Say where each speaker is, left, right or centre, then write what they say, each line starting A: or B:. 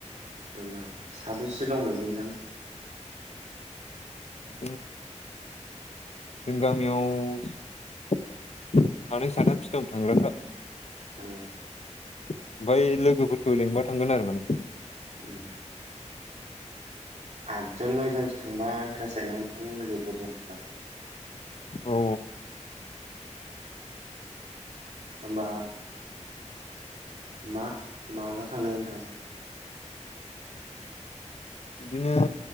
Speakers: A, on the right; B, on the left.
A: ना साबेसे दंबायदि नोंथां?
B: उम जों गामियाव सानै साथामसो दं थांग्राफ्रा।
A: ए
B: ओमफ्राय लोगोफोरखौ लिंबा थांगोन आरो माने?
A: उम आदजन नयजनसो थांबा इन्ट्रारिस जायोना नोंथां लोगोफोर बुरजाबा
B: औ
A: होमबा मा माला थांनो नोंथां
B: बिदिनो